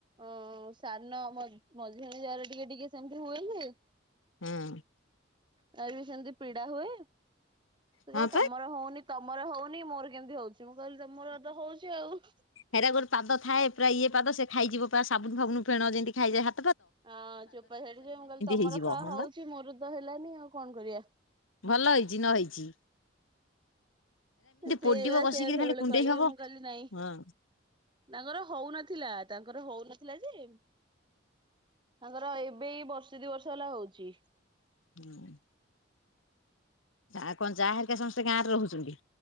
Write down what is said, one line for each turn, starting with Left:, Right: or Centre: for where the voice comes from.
Right: ଅଁ ସାନ ମ ମଝିଆଣି ଯାଆରେ ଟିକେ ଟିକେ ସେମିତି ହୁଏ ଯେ
Left: ହୁଁ।
Right: ତାର ବି ସେମତି ପୀଡ଼ା ହୁଏ ସେ କଇବ
Left: ହଁ ପା।
Right: ତମର ହଉନି ତମର ହଉନି ମୋର କେମିତି ହଉଚି? ତେ ମୁଁ କହିଲି ତମର ତ ହୋଉଚି ଆଉ।
Left: ହେରା ଗୋଟେ ପାଦଥାଏ ପୁରା ଇଏ ପାଦ ସେ ଖାଇଯିବ ପା ସାବୁନ ଫାବୁ ଫେଣ ଯେନ୍ତି ଖାଇଯାଏ ହା
Right: ଅଁ ଚୋପା ଛାଡ଼ିଯିବ ମୁଁ କହିଲି ତମର
Left: ହେଇଯିବ
Right: ଖାଆ
Left: ହଁ
Right: ହଉଚି
Left: ବା
Right: ମୋର ତ ହେଲାନି ଆଉ କଣ କରିବା?
Left: ଭଲ ହେଇଚି ନ ହେଇଚି।
Right: ଇନ୍ତୁ
Left: ପୋଡିବ
Right: ଏବେ
Left: କଷିକିରି
Right: ସେ ସବୁବେଳେ
Left: ଖାଲି କୁଣ୍ଡେଇ
Right: କହିବେ
Left: ହବ
Right: ମୁଁ କହିଲି ନାଇଁ
Left: ହଁ।
Right: ତାଙ୍କର ହଉନଥିଲା ତାଙ୍କର ହଉନଥିଲା ଯେ ତାଙ୍କର ଏବେ ଏଇ ବର୍ଷେ ଦି ବର୍ଷ ହେଲା ହଉଚି।
Left: ହୁଁ। ଆ କନ ଯାଆ ହେରିକା ସମସ୍ତେ ଗାଁରେ ରହୁଚନ୍ତି?